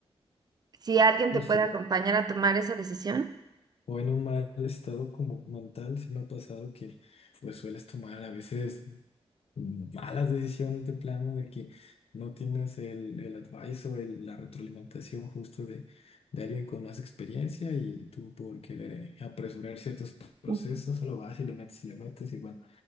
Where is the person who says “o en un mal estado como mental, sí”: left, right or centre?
Left